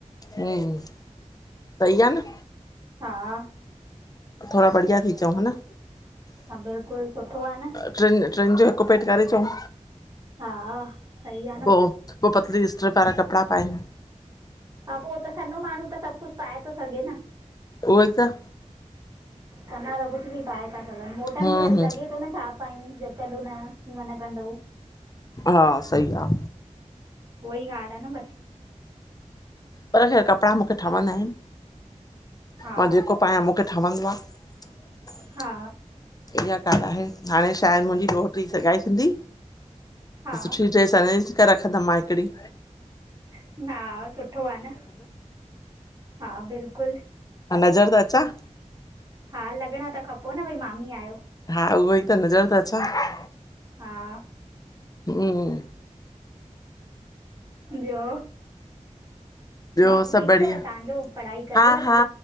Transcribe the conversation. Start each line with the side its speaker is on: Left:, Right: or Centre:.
Left: हम्म सही आ न।
Right: हा।
Left: थोड़ा बढ़िया थी अचऊं ह न।
Right: हा बिल्कुल सुठो आ न।
Left: ट्रिन ट्रिन जो हिकु पेट करे अचऊं।
Right: हा सही आ।
Left: पो पो पतली स्टरीप वारा कपड़ा पाए।
Right: हा पो त सन्हो माण्हू त सभु कुझ पाए थो सघे न।
Left: उहो ई त।
Right: सञा त कुझ बि पाए था सघन मोटन
Left: हूं
Right: खे वरी
Left: हूं
Right: लॻे थो न छा अयूं जचंदो न कीअं लॻंदो।
Left: हा सही आ।
Right: उह ई ॻाल्ह आ न बसि।
Left: पर छा कपड़ा मूंखे ठवंदा आहिन।
Right: हा
Left: मां जेको पायां मूंखे ठहंदो आ।
Right: हा।
Left: इहा ॻाल्हि आहे हाणे छा आहे मुंहिंजी ॾोहिटरी जी सगाई थींदी।
Right: हा
Left: सुठी ड्रेस अरेंज करे रखंदमि मां हिकिड़ी।
Right: हा, सुठो आ न, हा बिल्कुल।
Left: नज़र त अचां।
Right: हा, लॻणा त खपो न, भई मामी आहियो।
Left: हा, उहोई त नज़र त अंचा।
Right: हा
Left: हूं
Right: ॿयो,
Left: ॿियो
Right: बाबू
Left: सभु
Right: ठीक
Left: बढ़िया
Right: तव तांजो, पढ़ाई करेव
Left: हा हा
Right: तो?